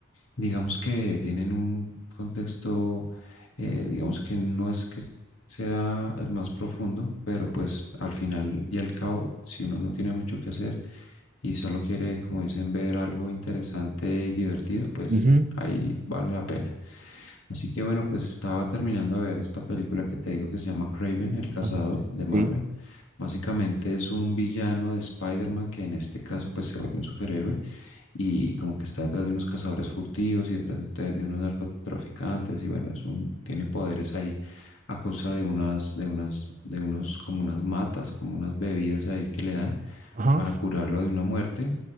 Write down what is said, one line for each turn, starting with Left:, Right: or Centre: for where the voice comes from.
Left: digamos que tienen un contexto, eh, digamos que no es que sea el más profundo, pero pues al final y al cabo, si uno no tiene mucho que hacer, y solo quiere, como dicen, ver algo interesante y divertido, pues
Right: Ujú,
Left: ahí vale la pena. Así que bueno, pues estaba terminando de ver esta película que te digo que se llama Craven, el cazador
Right: Ajá.
Left: de
Right: Sí.
Left: Marvel. Básicamente es un villano de Spider-Man que en este caso pues se vuelve un superhéroe y como que está detrás de unos cazadores furtivos y detrás de, de unos narcotraficantes y bueno, es un, tiene poderes ahí a causa de unas, de unas, de unos como unas matas, como unas bebidas ahí que le dan
Right: Ajá.
Left: para curarlo de una muerte